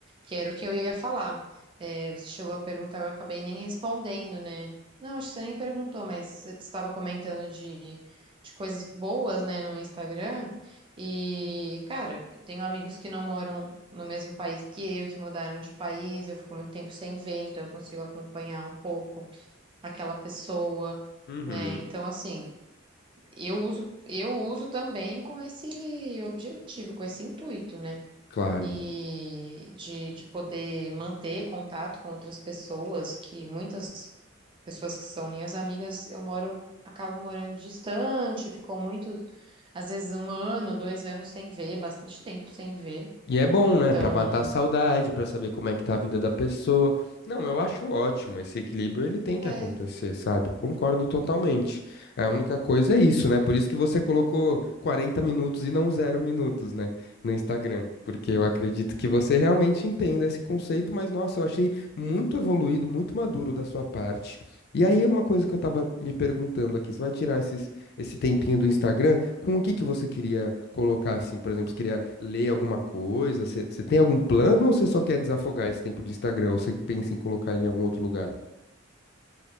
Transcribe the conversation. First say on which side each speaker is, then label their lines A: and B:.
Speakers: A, on the right; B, on the left.
A: Que era o que eu ia falar. É, você chegou a perguntar, eu acabei nem respondendo, né? Não, acho que você nem perguntou, mas você estava comentando de, de coisas boas, né, no Instagram. E, cara, eu tenho amigos que não moram no mesmo país que eu, que mudaram de país, eu fico muito tempo sem ver, então eu consigo acompanhar um pouco aquela pessoa,
B: Uhum,
A: né? Então, assim, eu uso, eu uso também com esse objetivo, com esse intuito, né?
B: claro.
A: E de, de poder manter contato com outras pessoas, que muitas pessoas que são minhas amigas, eu moro, acabo morando distante, ficou muito, às vezes um ano, dois anos sem ver, bastante tempo sem ver.
B: E é bom,
A: Então,
B: né? Pra matar a saudade, pra saber como é que tá a vida da pessoa. Não, eu acho ótimo. Esse equilíbrio ele tem que
A: é,
B: acontecer, sabe? Concordo totalmente. É, A única coisa é isso, né? Por isso que você colocou 40 minutos e não zero minutos, né? No Instagram. Porque eu acredito que você realmente entenda esse conceito, mas nossa, eu achei muito evoluído, muito maduro da sua parte. E aí, uma coisa que eu tava me perguntando aqui: você vai tirar esses esse tempinho do Instagram, com o que que você queria colocar assim, por exemplo, você queria ler alguma coisa? Você você tem algum plano ou você só quer desafogar esse tempo do Instagram? Ou você pensa em colocar ele em algum outro lugar?